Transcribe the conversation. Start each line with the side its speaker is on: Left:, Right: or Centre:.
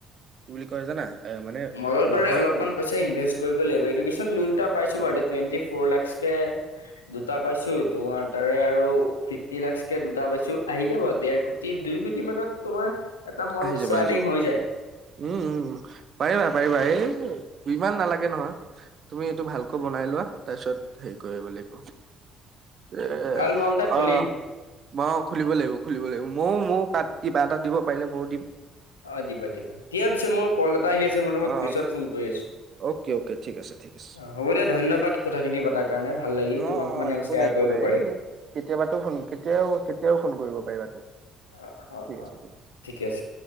Right: কি বুলি কয় জানা? এ মানে
Left: মঙ্লবাৰে
Right: মাহত
Left: অলপমান পইচা ইনভেষ্ট কৰিব লাগিব। এডুকেশ্বন লোন এটা পাইছোঁ বাৰু টুৱেন্টি ফৰ লাখছ কে দুটা পাইছোঁ তোমাৰ, তাৰে আৰু ফিফটি লাখছকে দুটা পাইছোঁ। আহি যাব দেৰ তিন দুই কোটি মানত তোমাৰ এটা মল
Right: আহি যাব
Left: ষ্টাৰ্টিং
Right: আহি যাব
Left: হৈ যায়।
Right: উম, উম, পাৰিবা-পাৰিবা। এই ইমান নালাগে নহয়। তুমি এইটো ভালকৈ বনাই লোৱা, তাৰপিছত হেৰি কৰিব লাগিব। এ,
Left: ভাল মল এটা খুলিম
Right: অহ। অ' খুলিব লাগিব, খুলিব লাগিব। মইও, মইও তাত কিবা এটা দিব পাৰিলে, মইও দিম।
Left: অ, দিবা- দিবা। দিয়া পিছে মোৰ কল এটা আহি আছে। মই তোমাক
Right: অ
Left: পিছত ফোন কৰি আছোঁ।
Right: অ'কে অ'কে ঠিক আছে ঠিক আছে
Left: হ'ব দিয়া, ধন্যবাদ কথাখিনি পতাৰ কাৰণে। ভাল লাগিল
Right: অ
Left: তোমাক
Right: অ
Left: মানে
Right: একো
Left: শ্বেয়াৰ
Right: নাই একো
Left: কৰিব
Right: নাই
Left: পাৰি
Right: এ মোক কেতিয়াবাতো ফোন, কেতিয়াও কেতিয়াও ফোন কৰিব পাৰিবা।
Left: অ', অ',
Right: ঠিক
Left: অ',
Right: আছে, ঠিক আছে।
Left: ঠিকে আছে।